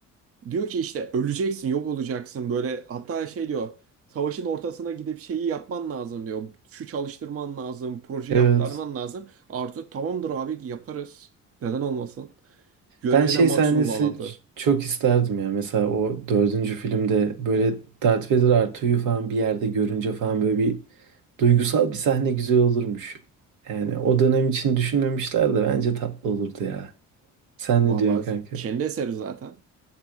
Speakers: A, on the right (about 50°); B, on the right (about 80°).
A: Diyor ki işte öleceksin, yok olacaksın böyle. Hatta şey diyor, savaşın ortasına gidip şeyi yapman lazım diyor. Şu çalıştırman lazım, projeyi
B: Evet.
A: aktarman lazım. Arthur tamamdır abi yaparız. Neden olmasın? Görevine
B: Ben şey
A: maksimum
B: sahnesi
A: bağlantı.
B: çok isterdim ya. Mesela o dördüncü filmde böyle Darth Vader Artu'yu falan bir yerde görünce falan böyle bir duygusal bir sahne güzel olurmuş. Yani o dönem için düşünmemişler de bence tatlı olurdu ya. Sen
A: Vallahi
B: ne diyorsun kanka?
A: kendi eseri zaten